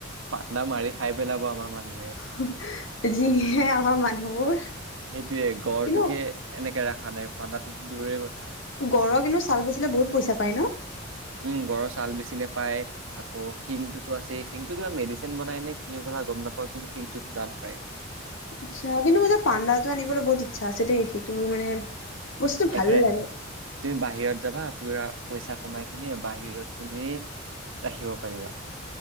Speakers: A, on the right; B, on the left.
A: পাণ্ডা মাৰি খাই পেলাব আমাৰ মানুহে।
B: <inaudible> যিহে আমাৰ মানুহবোৰ।
A: সেইটোয়ে গড়টোকে
B: কিন্তু
A: এনেকে ৰাখা নাই পানণ্ডাটো দূৰৰে কথা।
B: গড়ৰ কিন্তু ছাল বেচিলে বহুত পইচা পায় ন'
A: উম গড়ৰ ছাল বেচিলে পায় আকৌ শিংটোতো আছে শিংটো কিবা মেডিচিন বনাই নে কি হ'বলা গম নাপাওঁ কিন্তু শিংটোতো দাম পায়।
B: আচ্ছা কিন্তু মই যে পাণ্ডাটো আনিবলৈ বহুত ইচ্ছা আছে দেই সেইটো মানে বস্তুটো
A: একো
B: ভাল
A: নাই
B: লাগে
A: তুমি বাহিৰত যাবা পোৰা পইচা কমাই কিনে বাহিৰত তুমি ৰাখিব পাৰিবা।